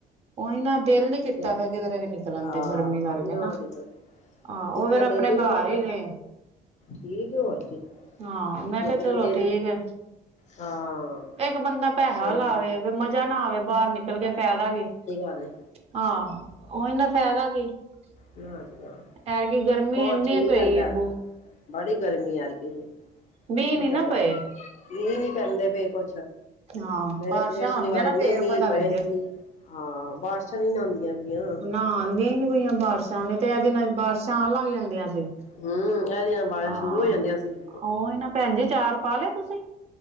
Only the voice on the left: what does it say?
ਤੇ
ਹਾਂ
ਤੇ
ਨਿਕਲਣ
ਦਿਲ ਨੀ
ਕਰਦਾ
ਠੀਕ ਹੈ ਹੋਰ ਕੀ
ਨਿਕਲਣ
ਦਿਲ
ਹਾਂ
ਸਹੀ
ਹੈ
ਹੱਲੇ।
ਨਾ ਜੀ ਨਾ
ਉਹ
ਠੀਕ
ਰਹਿੰਦਾ
ਬੜੀ ਗਰਮੀ ਹੈ। ਐਤ ਕਿ ਵੀ,
ਬਹੁਤ
ਜਿਆਦਾ
ਗਰਮੀ, ਮੀਂਹ ਨੀ ਪੈਂਦੇ ਪਏ। ਕੁਛ।
ਮੇਰੇ,
ਪਿਛਲੀ
ਵਾਰ
ਇੰਨੇ
ਮੀਂਹ,
ਪਏ ਸੀ। ਹਾਂ, ਬਾਰਿਸ਼ਾਂ ਨੀ, ਨਾ ਉਂਦੀਆਂ ਪਈਆਂ।
ਹਮ ਇਹਦੇ ਨਾਲ ਬਾਰਿਸ਼ਾਂ
ਸ਼ੁਰੂ ਹੋ ਜਾਂਦੀਆਂ ਸੀ